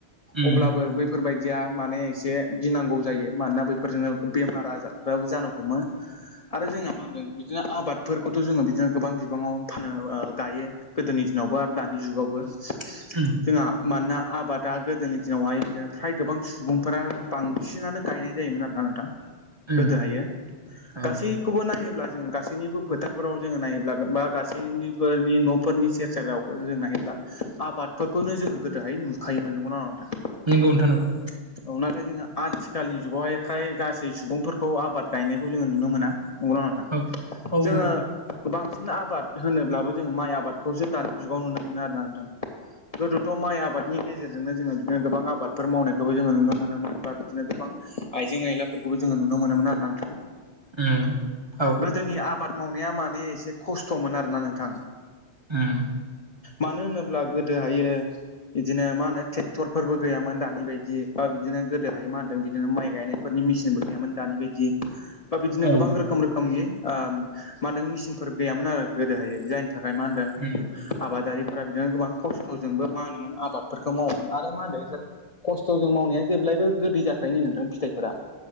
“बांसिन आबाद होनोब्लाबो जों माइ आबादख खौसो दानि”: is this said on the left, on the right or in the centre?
Left